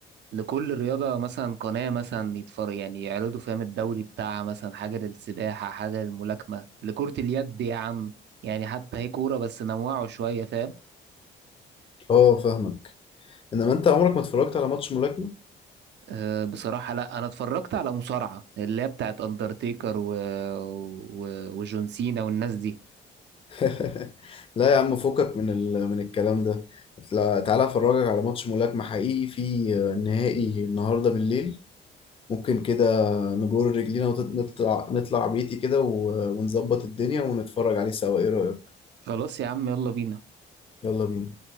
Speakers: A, on the right (about 60°); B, on the left (about 30°).
A: لكل رياضة مثلا قناة مثلا يتفرج يعني يعرضوا فاهم الدوري بتاعها مثلا حاجة للسباحة حاجة للملاكمة لكرة اليد يا عم يعني حتى هي كورة بس نوعوا شوية فاهم
B: اه فاهمك انما انت عمرك ما اتفرجت على ماتش ملاكمه
A: أه بصراحة لا أنا اتفرجت على مصارعة اللي هي بتاعت أندرتيكر و... و... وجون سينا والناس دي
B: <laughs> لا يا عم فكك من ال... من الكلام ده لا، تعالى افرجك على ماتش ملاكمه حقيقي في نهائي النهارده بالليل ممكن كده نجر رجلينا ونطلع نطلع بيتي كده و- ونظبط الدنيا ونتفرج عليه سوا ايه رأيك
A: خلاص يا عم يلا بينا
B: يلا بينا